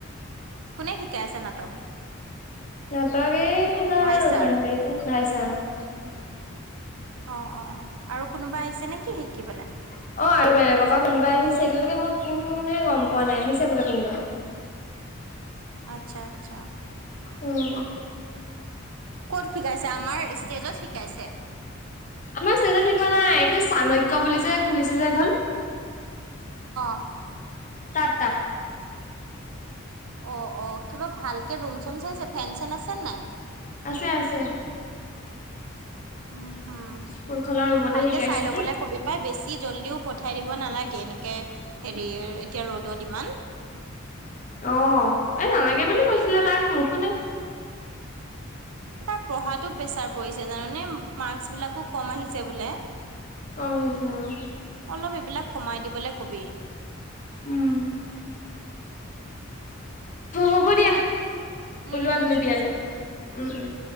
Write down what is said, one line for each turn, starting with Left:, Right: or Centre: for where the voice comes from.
Right: কোনে শিকাই আছে নাটক?
Left: নাটক এইখনৰ
Right: ভাই ছাৰ
Left: হেৰি যে লাইছ আৰু।
Right: অ, অ, অ', আৰু কোনোবা আহিছে নেকি শিকিবলে?
Left: <inaudible> অ', আৰু বেলেগৰ পৰা কোনোবা আহিছে, এতিয়ালৈকে মই কোন গম পোৱা নাই। আহিছে বোলে কোনোবা।
Right: আচ্ছা আচ্ছা
Left: উম।
Right: ক'ত শিকাইছে? আমাৰ ষ্টেজত শিকাইছে?
Left: আমাৰ ষ্টেজত শিকোৱা নাই, চাণক্য বুলি যে খুলিছে যে এইখন।
Right: <inaudible>
Left: তাত, তাত।
Right: অ, অ, কিবা ভালকে ৰুম-চুম চাইছে? ফেন-চেন আছে নে নাই?
Left: আছে, আছে।
Right: উম, হুম।
Left: স্কুলখনৰ ৰুমতে
Right: ভালকে
Left: শিকাইছে
Right: চাই ল'বলে
Left: যে
Right: কবি পাই বেছি জলদি পঠাই দিব নালাগে, এনেকে হেৰিৰ এতিয়া ৰ'দত ইমান।
Left: অ', এ নালাগে বুলি কৈছিলে তাক, নুশুনে।
Right: তাৰ পঢ়াতো প্ৰেছাৰ পৰিছে জাননে? মাৰ্কচ বিলাকো কম আহিছে বোলে।
Left: কম আহিছে অ'।
Right: অলপ এইবিলাক কমাই দিবলৈ কবি।
Left: উম হ-হ'ব
Right: মানে
Left: দিয়া, ওলোৱা
Right: উম
Left: তুমি
Right: ঠিক
Left: বিয়ালে।
Right: আছে হ'ব।
Left: উম, উম।